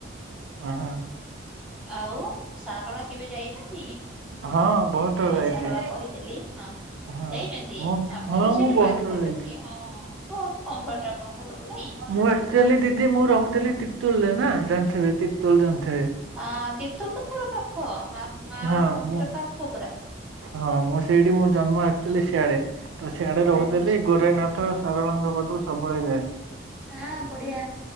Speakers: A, on the right; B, in the centre.
A: ହଁ-ଅ।
B: ଆଉ ସାରଳା କେବେ ଯାଇଛନ୍ତି?
A: ହଁ ବହୁତ ଥର
B: ମା
A: ଯାଇଛି।
B: ସାରଳା କହିଥିଲି ହଁ।
A: ହଁ
B: ଯାଇଚନ୍ତି,
A: ମୁଁ
B: ଆପଣଙ୍କ
A: ହଁ ମୁଁ
B: ସେଇଠି
A: ବହୁତ
B: ପାଖାପାଖି
A: ଥର ଯାଇଛି।
B: ହଁ। ବୋହୁତ କମ୍ ବାଟ ଆପଣଙ୍କ ଘରଠୁ, ନାଇଁ?
A: ମୁଁ ଆକ୍ଚୁଆଲି ଦିଦି ମୁଁ ରହୁଥିଲି ତିର୍ତୁଲ ରେ ନା ଜାଣିଥିବେ ତିର୍ତୁଲ ଜାଣିଥିବେ।
B: ହଁ ତୀର୍ତୋଲ ତ ପୁରା ପାଖ ମା ମା
A: ହଁ
B: ମନ୍ଦିର
A: ମୁଁ
B: ପାଖ ପୁରା।
A: ହଁ ମୁଁ ସେଇଠି ମୋ ଜନ୍ମ ଆକ୍ଚୁଆଲି ସିଆଡେ ତ ସିଆଡେ ରହୁଥିଲି
B: ଆଚ୍ଛା
A: ଗୋରେନାଥ, ସାରଳାଙ୍ଗ ପାଖୁ ସବୁବେଳେ ଯାଏ।
B: ଆଁ ବଢିଆ